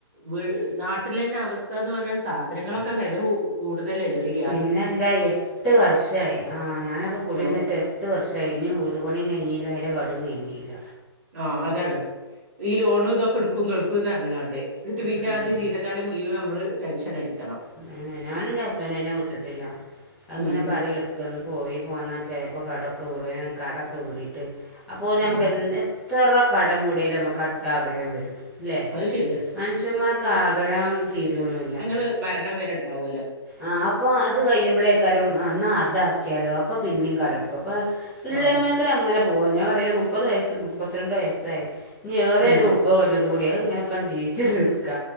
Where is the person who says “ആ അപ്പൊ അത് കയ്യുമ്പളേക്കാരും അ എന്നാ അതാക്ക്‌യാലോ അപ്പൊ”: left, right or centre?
Centre